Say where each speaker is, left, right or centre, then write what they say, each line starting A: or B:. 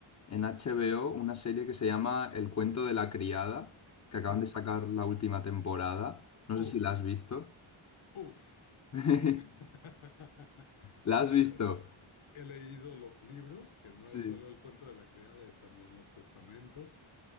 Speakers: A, on the left; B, on the left.
A: en HBO una serie que se llama El cuento de la criada, que acaban
B: Uf,
A: de sacar la última temporada. No
B: uf,
A: sé si la has visto.
B: uf.
A: <laughs>
B: <laughs>
A: ¿La
B: Eh,
A: has visto?
B: He leído los libros, que no
A: Sí.
B: es solo el cuento de la criada, es también los testamentos.